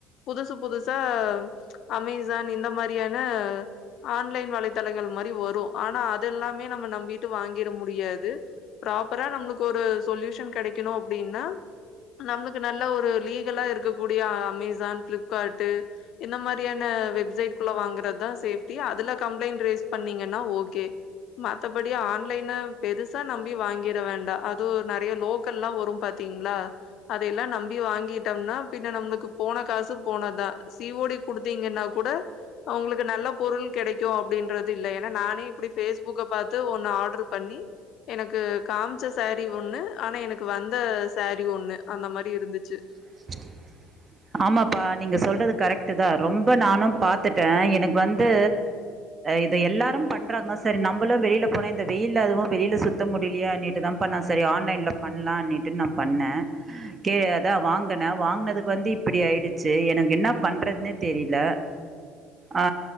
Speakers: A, on the left; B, on the right.
A: புதுசு புதுசா அமேசான் இந்த மாரியான ஆன்லைன் வலைத்தளங்கள் மாரி வரு ஆனா அதெல்லாமே நம்ம நம்பிட்டு வாங்கிட முடியாது ப்ராப்பரா நம்மளுக்கு ஒரு சொல்யூஷன் கெடைக்கணு அப்டின்னா நம்மளுக்கு நல்ல ஒரு லீகலா இருக்கக் கூடிய அமேசான் ஃபிளிப்கார்ட்டு இந்த மாரியான வெப்சைட்க்குள்ள வாங்குறதுதா சேஃப்டி அதுல கம்ப்ளைண்ட் ரைஸ் பண்ணீங்கனா ஓகே மத்தபடி ஆன்லைன பெருசா நம்பி வாங்கிற வேண்டா அது நெறையா லோக்கல்லா வரும் பாத் திங்ளா அதெல்லா நம்பி வாங்கிட்டம்னா பின்ன நம்மளுக்கு போன காசு போனது தா தி ஓ டி குடுத்தீங்கன்னா கூட ஒங்களுக்கு நல்ல பொருள் கெடைக்கு அப்டின்றது இல்ல ஏனா நானே இப்டி ஃபேஸ்புக்க பாத்து ஒன்னு ஆர்ட்ரு பண்ணி எனக்கு காமிச்ச சாரீ ஒன்னு ஆனா எனக்கு வந்த சாரீ ஒன்னு அந்த மாரி இருந்துச்சு
B: ச <inaudible> ஆமாப்பா நீங்க சொல்றது கரெக்டு தா ரொம்ப நானும் பாத்துட்டே எனக்கு வந்து இத எல்லாரும் பண்றாங்க சரி நம்மளும் வெளில போன இந்த வெயில்ல அதுவும் வெளில சுத்த முடியலையா அப்டிதாம்ப்பா சரி ஆன்லைன்ல பண்ணலானிட்டு நா பண்ணே கே அத்தா வாங் அத்தா நா வாங்கனதுக்கு வந்து இப்படி ஆயிடுச்சு எனக்கு என்ன பண்றதுன்னே தெரில ஆ